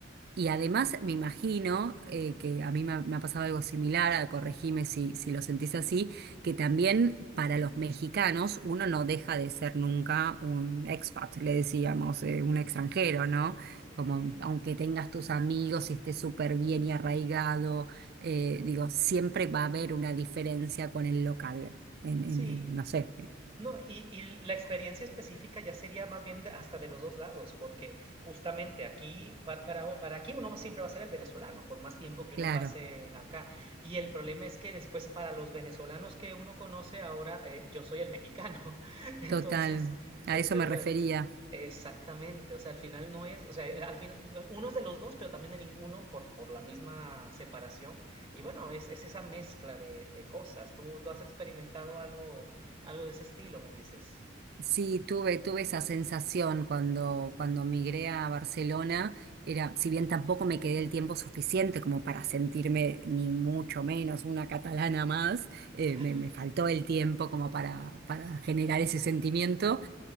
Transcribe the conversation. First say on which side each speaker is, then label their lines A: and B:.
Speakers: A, on the right (about 20°); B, on the right (about 55°).
A: así
B: Y además
A: es.
B: me imagino eh, que a mí me, ha me ha pasado algo similar, a- corregime si, si lo sentís así, que también para los mexicanos uno no deja de ser nunca un expat, le decíamos, eh, un extranjero, ¿no?
A: Sí,
B: Como aunque tengas tus amigos y estés súper bien y arraigado, eh, digo, siempre va a haber una diferencia con el local, en,
A: sí,
B: en- en- no sé, eh,
A: No, y, y la experiencia específica ya sería más bien de- hasta de los dos lados, porque justamente aquí, pa- para, u- para aquí uno va- siempre va a ser el venezolano, por más tiempo que
B: claro,
A: uno pase acá. Y el problema es que después para los venezolanos que uno conoce ahora, eh, yo soy el mexicano. <laughs>
B: total,
A: Entonces,
B: a
A: eh,
B: eso
A: eh,
B: me
A: o
B: refería.
A: sea, es- exactamente, o sea, al final no es, o sea, eh, al final eh, uno es de los dos, pero también de ninguno por, por la misma separación. Y bueno, es, es esa mezcla de, de cosas. ¿Tú, tú has experimentado algo? Algo de ese estilo, me dices.
B: Sí, tuve, tuve esa sensación cuando, cuando migré a Barcelona. Era, si
A: Sí,
B: bien tampoco me quedé el tiempo suficiente como para sentirme ni mucho menos una catalana más, eh,
A: claro,
B: me, me faltó el tiempo como para, para generar ese sentimiento,